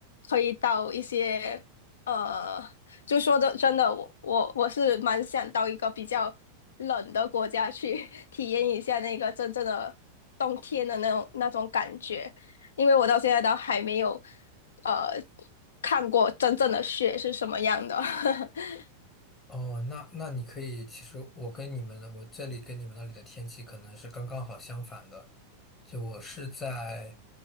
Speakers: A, on the left (about 65°); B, on the left (about 25°).
A: 可以到一些，呃，就说的真的，我我我是蛮想到一个比较冷的国家去 <laughs> 体验一下那个真正的冬天的那种那种感觉。因为我到现在都还没有呃看过真正的雪是什么样的。<laughs>
B: 哦，那那你可以，其实我跟你们的，我这里跟你们那里的天气可能是刚刚好相反的。就我是在